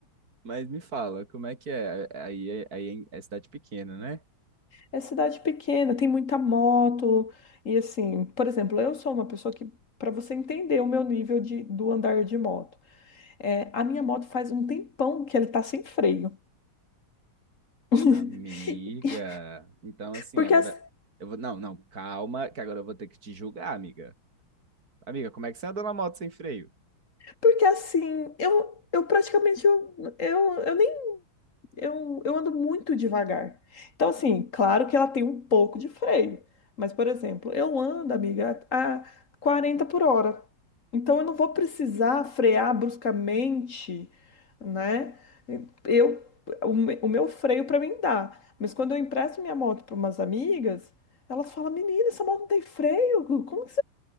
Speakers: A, on the right (about 45°); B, on the left (about 40°).
A: mas me fala, como é que é? Aí, é- aí é é cidade pequena, né?
B: É cidade pequena, tem muita moto. E assim, por exemplo, eu sou uma pessoa que, para você entender o meu nível de, do andar de moto, é, a minha moto faz um tempão que ele tá sem freio. <laughs>
A: Amiga, então assim,
B: Porque
A: agora
B: assim,
A: eu vou. Não, não, calma, que agora eu vou ter que te julgar, amiga. Amiga, como é que você anda na moto sem freio?
B: Porque assim, eu, eu praticamente eu, eu, eu nem eu, eu ando muito devagar. Então, assim, claro que ela tem um pouco de freio. Mas, por exemplo, eu ando, amiga, a 40 por hora. Então eu não vou precisar frear bruscamente, né? Eu, o, me- o meu freio para mim dá. Mas quando eu empresto minha moto para umas amigas, elas falam, menina, essa moto não tem freio? Como que